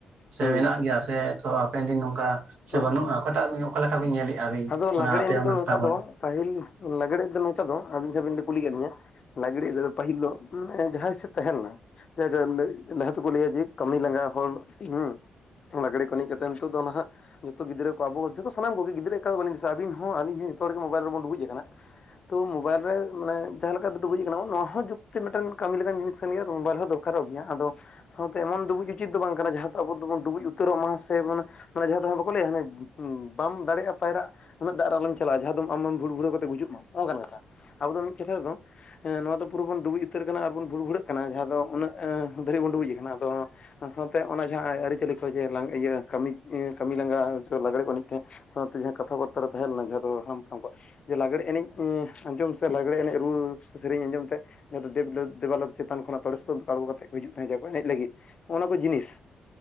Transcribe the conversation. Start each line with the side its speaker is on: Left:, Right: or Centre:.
Right: ᱥᱮ
Left: ᱦᱩᱸ
Right: ᱢᱮᱱᱟᱜ ᱜᱮᱭᱟ ᱥᱮ ᱛᱚ ᱦᱟᱯᱮᱱ ᱫᱤᱱ ᱱᱚᱝᱠᱟ ᱥᱮ
Left: ᱛᱚ
Right: ᱵᱟᱹᱱᱩᱜᱼᱟ᱾ ᱚᱠᱟᱴᱟᱜ ᱚᱠᱟ ᱞᱮᱠᱟ ᱵᱤᱱ ᱧᱮᱞᱮᱜᱼᱟ ᱟᱹᱵᱤᱱ,
Left: ᱟᱫᱚ
Right: ᱚᱱᱟ
Left: ᱞᱟᱜᱽᱲᱮ
Right: ᱟᱯᱮ
Left: ᱮᱱᱮᱡ
Right: ᱚᱱᱟ
Left: ᱫᱚ ᱱᱚᱝᱠᱟ
Right: ᱴᱚᱴᱷᱟ ᱠᱷᱚᱱ?
Left: ᱫᱚ ᱯᱟᱹᱦᱤᱞ ᱞᱟᱜᱽᱲᱮ ᱫᱚ ᱱᱚᱝᱠᱟ ᱫᱚ, ᱟᱹᱵᱤᱱ ᱡᱟᱦᱟᱸᱵᱤᱱ ᱠᱩᱞᱤ ᱠᱮᱫᱤᱧᱟ᱾ ᱞᱟᱜᱽᱲᱮ ᱮᱱᱮᱡ ᱫᱚ ᱯᱟᱹᱦᱤᱞ ᱫᱚ, ᱢᱟᱱᱮ ᱡᱟᱦᱟᱸᱭ ᱦᱤᱥᱟᱹᱵ ᱛᱟᱦᱮᱸ ᱞᱮᱱᱟ <unintelligible> ᱞᱟᱦᱟ ᱛᱮ ᱠᱚ ᱞᱟᱹᱭᱟ ᱡᱮ ᱠᱟᱹᱢᱤ ᱞᱟᱸᱜᱟ ᱦᱚᱲ ᱦᱩᱸ ᱞᱟᱜᱽᱲᱮ ᱠᱚ ᱮᱱᱮᱡ ᱠᱟᱛᱮᱜ ᱱᱤᱛᱚᱜ ᱫᱚ ᱱᱟᱦᱟᱜ ᱡᱚᱛᱚ ᱜᱤᱫᱽᱨᱟᱹ ᱠᱚ ᱟᱵᱚ ᱡᱚᱛᱚ ᱥᱟᱱᱟᱢ ᱠᱚ ᱜᱮ ᱜᱤᱫᱽᱨᱟᱹ <unintelligible> ᱟᱹᱵᱤᱱ ᱦᱚᱸ ᱟᱞᱤᱧ ᱦᱚᱸ ᱡᱚᱛᱚ ᱦᱚᱲ ᱜᱮ ᱢᱳᱵᱟᱭᱤᱞ ᱨᱮ ᱵᱚᱱ ᱰᱩᱵᱩᱡ ᱟᱠᱟᱱᱟ᱾ ᱛᱚ ᱢᱳᱵᱟᱭᱤᱞ ᱨᱮ ᱢᱟᱱᱮ ᱡᱟᱦᱟᱸ ᱞᱮᱠᱟ ᱰᱩᱵᱩᱡ ᱟᱠᱟᱱᱟ ᱵᱚᱱ ᱱᱚᱣᱟ ᱦᱚᱸ ᱡᱩᱠᱛᱤ ᱢᱤᱫᱴᱮᱱ ᱠᱟᱹᱢᱤ ᱞᱮᱠᱟᱱ ᱡᱤᱱᱤᱥ ᱠᱟᱱ ᱜᱮᱭᱟ ᱢᱳᱵᱟᱭᱤᱞ ᱦᱚᱸ ᱫᱚᱨ ᱫᱚᱨᱠᱟᱨᱚᱜ ᱜᱮᱭᱟ, ᱟᱫᱚ ᱥᱟᱶ ᱛᱮ ᱮᱢᱚᱱ ᱰᱩᱵᱩᱡ ᱩᱪᱤᱛ ᱫᱚ ᱵᱟᱝ ᱠᱟᱱᱟ ᱡᱟᱦᱟᱸ ᱫᱚ ᱟᱵᱚ ᱫᱚ ᱵᱚᱱ ᱰᱩᱵᱩᱡ ᱩᱛᱟᱹᱨᱚᱜ ᱢᱟ ᱥᱮᱵᱚᱱ ᱢᱟᱱᱮ ᱡᱟᱦᱟᱸ ᱫᱚ ᱦᱟᱸᱜ ᱵᱟᱠᱚ ᱞᱟᱹᱭᱟ, ᱦᱟᱱᱮ ᱵᱟᱢ ᱫᱟᱲᱮᱭᱟᱜᱼᱟ ᱯᱟᱭᱨᱟᱜ, ᱩᱱᱟᱹᱜ ᱫᱟᱜ ᱨᱮ ᱟᱞᱚᱢ ᱪᱟᱞᱟᱜᱼᱟ ᱡᱟᱦᱟᱸ ᱫᱚ ᱟᱢ ᱵᱷᱩᱲ- ᱵᱷᱩᱲᱟᱹ ᱠᱟᱛᱮᱜ ᱜᱩᱡᱩᱜ ᱢᱟᱢ, ᱱᱚᱝᱠᱟᱱ ᱠᱟᱛᱷᱟ᱾ ᱟᱵᱚ ᱫᱚ ᱢᱤᱫ ᱠᱟᱛᱷᱟ ᱛᱮᱫᱚ ᱦᱮᱸ ᱱᱚᱣᱟ ᱫᱚ ᱯᱩᱨᱟᱹ ᱵᱚᱱ ᱰᱩᱵᱩᱡ ᱩᱛᱟᱹᱨ ᱠᱟᱱᱟ ᱟᱨ ᱵᱚᱱ ᱵᱷᱩᱲ-ᱵᱷᱩᱲᱟᱹᱜ ᱠᱟᱱᱟ ᱡᱟᱦᱟᱸ ᱫᱚ ᱩᱱᱟᱹᱜ ᱫᱷᱟᱹᱨᱤᱡ ᱵᱚᱱ ᱰᱩᱵᱩᱡ ᱟᱠᱟᱱᱟ᱾ ᱟᱫᱚ ᱥᱟᱶ ᱛᱮ ᱚᱱᱟ ᱡᱟᱦᱟᱸ ᱟᱹᱨᱤᱪᱟᱹᱞᱤ ᱠᱚ ᱡᱮ <unintelligible> ᱤᱭᱟᱹ ᱠᱟᱹᱢᱤ ᱠᱟᱹᱢᱤ ᱞᱟᱸᱜᱟ ᱞᱟᱜᱽᱲᱮ ᱠᱚ ᱮᱱᱮᱡ ᱛᱟᱦᱮᱜ ᱥᱟᱶ ᱛᱮ ᱡᱟᱦᱟᱸ ᱠᱟᱛᱷᱟ-ᱵᱟᱨᱛᱟ ᱨᱮ ᱛᱟᱦᱮᱸ ᱞᱮᱱᱟ ᱡᱟᱦᱟᱸ ᱫᱚ ᱦᱟᱲᱟᱢ-ᱯᱷᱟᱨᱟᱢ ᱠᱚᱣᱟᱜ ᱡᱮ ᱞᱟᱜᱽᱲᱮ ᱮᱱᱮᱡ ᱟᱸᱡᱚᱢ ᱥᱮ ᱞᱟᱜᱽᱲᱮ ᱮᱱᱮᱡ ᱨᱩ ᱥᱮᱨᱮᱧ ᱟᱸᱡᱚᱢ ᱛᱮ ᱡᱟᱦᱟᱸ ᱫᱚ ᱫᱮᱵ-ᱫᱮᱵ ᱫᱮᱵᱟᱞᱳ ᱪᱮᱛᱟᱱ ᱠᱷᱚᱱᱟ ᱛᱚᱲᱮ ᱥᱩᱛᱟᱹᱢ ᱛᱮᱠᱚ ᱟᱬᱜᱚ ᱠᱟᱛᱮᱫ ᱠᱚ ᱦᱤᱡᱩᱜ ᱛᱟᱦᱮᱸᱜ ᱠᱚ ᱮᱱᱮᱡ ᱞᱟᱹᱜᱤᱫ᱾ ᱦᱚᱸᱜᱼ ᱱᱚᱣᱟ ᱠᱚ ᱡᱤᱱᱤᱥ